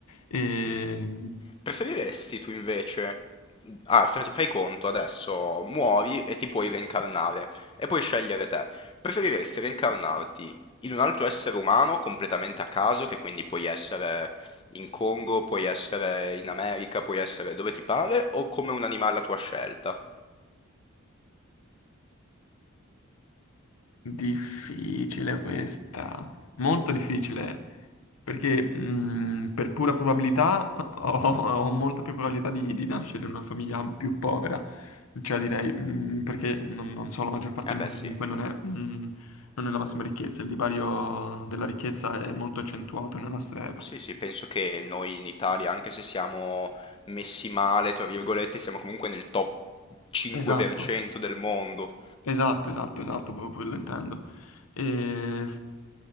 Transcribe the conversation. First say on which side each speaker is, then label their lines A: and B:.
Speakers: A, on the left (about 85°); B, on the left (about 25°).
A: E...
B: Preferiresti tu invece, ah, fa- fai conto adesso, muori e ti puoi reincarnare e puoi scegliere te. Preferiresti reincarnarti in un altro essere umano completamente a caso, che quindi puoi essere in Congo, puoi essere in America, puoi essere dove ti pare, o come un animale a tua scelta?
A: Difficile questa, molto difficile, perché mh, per pura probabilità <laughs> ho, ho molta più probabilità di, di nascere in una famiglia più povera, cioè direi, mh, perché non, non so, la maggior parte
B: Eh
A: del
B: beh
A: mondo
B: sì,
A: comunque non è, mh, non è la massima ricchezza, il divario della ricchezza è molto accentuato nella nostra era.
B: sì, sì, penso che noi in Italia, anche se siamo messi male, tra virgolette, siamo comunque nel top 5%
A: Esatto,
B: del mondo.
A: esatto, esatto, esatto, proprio quello intendo. E